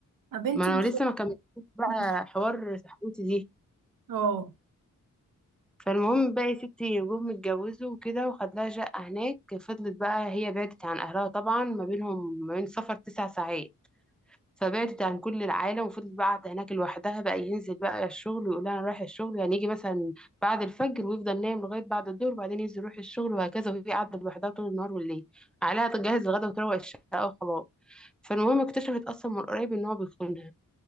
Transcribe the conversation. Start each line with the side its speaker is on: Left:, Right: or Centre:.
Right: ما بنتي
Centre: ما
Right: مش
Centre: انا
Right: <laughs>
Centre: لسه ما كملتش بقى
Right: مش-
Centre: حوار صاحبتي دي
Right: اه
Centre: فالمهم بقى يا ستي جم اتجوزوا وكده وخد لها شقه هناك فضلت بقى هي بعدت عن اهلها طبعا ما بينهم ما بين سفر تسع ساعات فبعدت عن كل العالم وفضلت بقى قاعدة هناك لوحدها بقى ينزل بقى الشغل ويقول انا رايح الشغل يعني يجي مثلا بعد الفجر ويفضل نايم لغاية بعد الظهر وبعدين ينزل يروح الشغل وهكذا وهي قاعدة لوحدها طول النهار والليل عليها تجهز الغدا وتروق الشقة وخلاص فالمهم اكتشفت اصلا من قريب ان هو بيخونها